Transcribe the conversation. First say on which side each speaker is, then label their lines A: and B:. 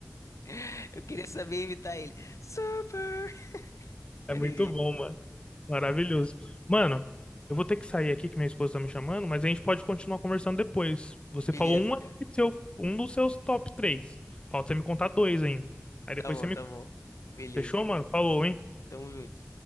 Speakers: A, on the left (about 85°); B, on the left (about 20°).
A: <laughs> Eu queria saber imitar ele. Super! <laughs>
B: É
A: Maneirinho.
B: muito bom, mano. Maravilhoso. Mano, eu vou ter que sair aqui que minha esposa tá me chamando, mas a gente pode continuar conversando depois. Você
A: Beleza,
B: falou um,
A: cara.
B: aqui do seu, um dos seus top três. Falta você me contar dois ainda. Aí depois
A: Tá bom,
B: você me.
A: tá bom. Beleza.
B: Fechou, mano? Falou, hein?
A: Tamo junto.